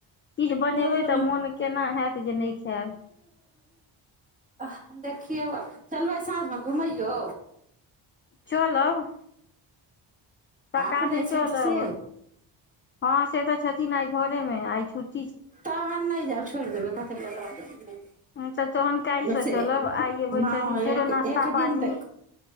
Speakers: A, on the left; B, on the right.
A: चीज बनेबै
B: हँ
A: तऽ मोन केना हत जे नहि खायब
B: हइ देखियौ चलबै साँझमे घुमैयौ
A: चलब सकाले
B: अपने छथि
A: चलब
B: से
A: हँ से तऽ छथिन आइ घरेमे आइ छुट्
B: तऽ नहि जाउ छोड़ि देबै क
A: तऽ तहन काल्हिसँ
B: लैसे
A: चलब आइ
B: हँ
A: भरि छथिन
B: एक
A: फेरो नाश्ता
B: एक दिन
A: पानी
B: तऽ